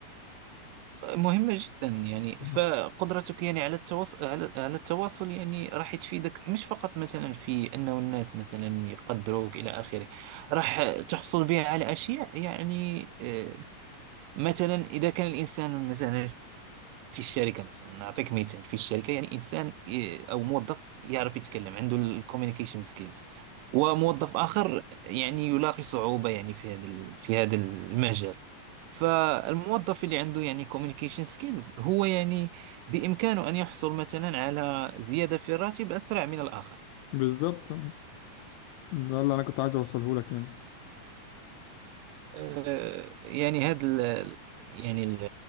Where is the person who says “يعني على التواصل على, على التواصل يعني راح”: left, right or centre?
Right